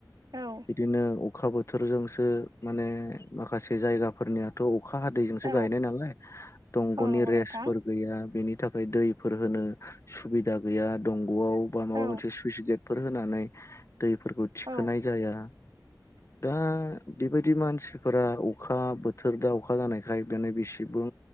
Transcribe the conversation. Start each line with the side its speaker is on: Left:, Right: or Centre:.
Right: औ
Left: बिदिनो अखा बोथोरजोंसो माने माखासे जायगाफोरनियाथ' अखा हादै जोंसो
Right: औ
Left: गायनाय नालाय दंग'नि
Right: औ नंगौ
Left: रेसफोर
Right: नोंथां
Left: गैया बिनि थाखाय दैफोर होनो सुबिदा गैया दंग'आव बा माबा
Right: औ
Left: मोनसे सुइस गेटफोर होनानै दैफोरखौ थिखोनाय
Right: औ
Left: जाया।
Right: <inaudible>
Left: दा बेबायदि मानसिफोरा अखा बोथोर दा अखा जानायखाय देनै बेसेबां